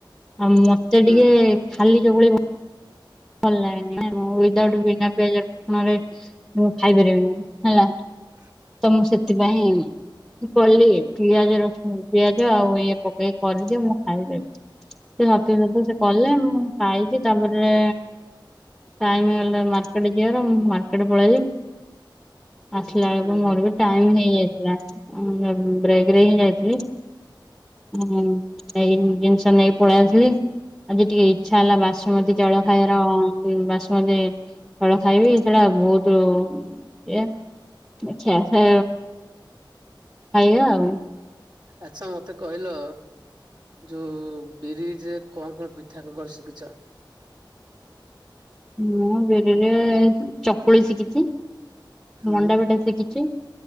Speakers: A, in the centre; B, on the right.
A: ଆଉ ମତେ
B: ହୁଁ
A: ଟିକେ ଖାଲି ଚକୁଳି ଭ ଭଲ ଲାଗେନି ମୁଁ ୱଦାଉଟ୍ ବିନା ପିଆଜ ରସୁଣ ରେ ମୁଁ ଖାଇପାରିବିନି ହେଲା।
B: <inaudible>
A: ତମ ସେଥିପାଇଁ କଲି ପିଆଜ ରସୁଣ ପିଆଜ ଆଉ ଇଏ ପକେଇକି କରିଦିଅ ମୁଁ ଖାଇଦବି। ସେ ସତ ସତ ସେ କଲେ ମୁଁ ଖାଇଛି ତାପରେ କାଇମ ହେଲା ମାର୍କେଟ ଯିବାର ମାର୍କେଟେ ପଳେଇିଲି। ଆସିଲା ବେଳକୁ
B: ହୁଁ
A: ମୋର
B: ହୁଁ
A: ବି ଟାଇମି ହେଇାଇଥିଲା ମୁଁ ବ୍ରେକ୍ ରେ ହିଁ ଯାଇଥିଲି। ହଁ ଜିନିଷ ନେଇ ପଳେଇଆସିଲି। ଆଜି ଟିକେ ଇଛା ହେଲା ବାସୁମତୀ ଚାଉଳ ଖାଇବାର ବାସୁମତୀ ଚାଉଳ ଖାଇବି ସେଟା ବହୁତ ଇଏ ଆଚ୍ଛା ସେ ଖାଇବା ଆଉ
B: ଆଚ୍ଛା ମତେ କହିଲ। ଯୋଉ ବିରିରେ କଣ କଣ ପିଠା କଣ କଣ ଶିଖିଛ?
A: ମୁଁ ବିରିରେ ଚକୁଳି ଶିଖିଛି।
B: ହୁଁ
A: ମଣ୍ଡା ପିଠା ଶିଖିଛି